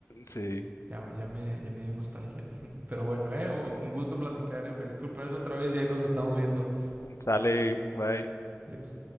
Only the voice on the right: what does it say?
Ya, ya, me, ya me dio nostalgia. <laughs> Pero bueno, eh, un gusto platicar, eh. Feliz cumpleaños otra vez y ahí nos estamos viendo.
Adiós.